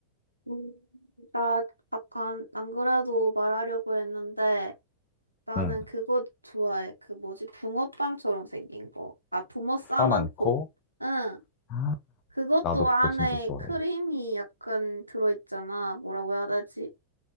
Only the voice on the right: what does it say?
음, 나 약간 안 그래도 말하려고 했는데 나는
그거 좋아해. 그 뭐지? 붕어빵처럼 생긴 거. 아, 붕어 싸만코.
응.
그것도
안에
크림이 약간 들어있잖아. 뭐라고 해야 되지?